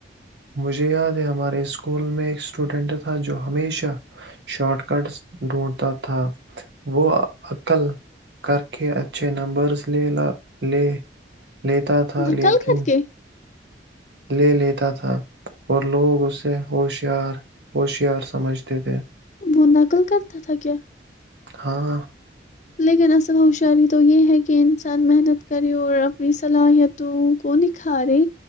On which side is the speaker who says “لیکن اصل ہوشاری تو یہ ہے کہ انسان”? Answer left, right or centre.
Left